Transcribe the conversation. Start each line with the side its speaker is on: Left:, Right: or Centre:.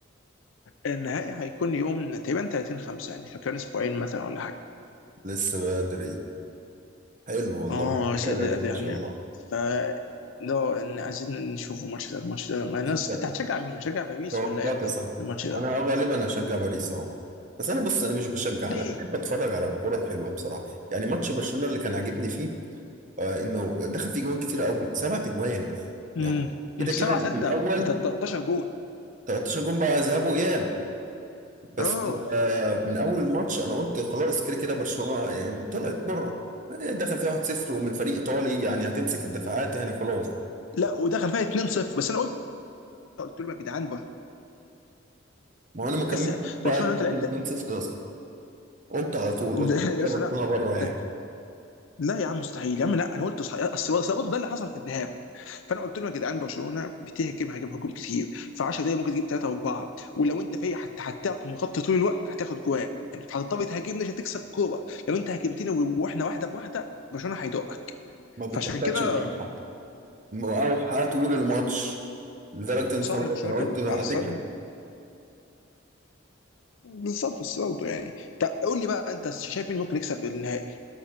Left: النهائي هيكون يوم تقريبا 30 5 يعني كان اسبوعين مثلا ولا حاجه
Right: لسه بدري حلو والله
Left: اه
Right: هتفرج
Left: شديد
Right: عليه ده
Left: يعني
Right: ان شاء الله
Left: ف لو إن عايزين نشوف الماتش ده الماتش ده مع ناس
Right: انت
Left: انت هتشجع مين؟ هتشجع باريس
Right: توقعت
Left: ولا انتر
Right: صح
Left: في الماتش ده؟
Right: انا اه غالبا هشجع باريس اه بس انا بص انا مش بشجع
Left: ليه؟
Right: انا بحب اتفرج على الكرة الحلوة بصراحة يعني ماتش برشلونة اللي كان عاجبني فيه آه انه دخل فيه جوان كتير قوي سبعة جوان يعني
Left: امم
Right: كده
Left: 7
Right: كده بالاول
Left: 6 13 جون
Right: 13 جون بقى ذهاب واياب بس
Left: اه
Right: آه من اول الماتش انا قلت خلاص كده كده برشلونة يعني طلعت بره آه، دخل فيها 1-0 ومن فريق ايطالي يعني هتمسك الدفاعات يعني خلاص
Left: لا ودخل فيها 2 0 بس انا قلت قلت لهم يا جدعان
Right: ما هو انا ما كملتش
Left: اسا
Right: بقى
Left: برشلونه
Right: لحد
Left: لو انت لعبت
Right: ال 2-0
Left: <laughs>
Right: اصلا قمت على طول قلت
Left: ده
Right: كده
Left: يا
Right: كده
Left: اسا
Right: برشلونة
Left: لا
Right: بره
Left: ده
Right: يعني
Left: لا يا عم مستحيل يا عم لا انا قلت صحيح اصل اصل برضه ده اللي حصل في الذهاب فانا قلت لهم يا جدعان برشلونه بتهجم هجم هجوم كتير في 10 دقايق ممكن تجيب ثلاثه واربعه ولو انت فايق حتى هتعرف مغطي طول الوقت هتاخد جوان فهتضطر تهاجمنا عشان تكسب الكوره لو انت هاجمتنا واحنا واحده بواحده برشلونه هيدقك
Right: ما بتبطلش
Left: فعشان كده
Right: مقاوحه مقاوحه طول الماتش لدرجه ان
Left: صح
Right: خلاص
Left: ان برشلونه
Right: انا قلت
Left: كان
Right: هتكسب
Left: احسن بالظبط بس برضه يعني طب قول لي بقى انت شايف مين ممكن يكسب النهائي؟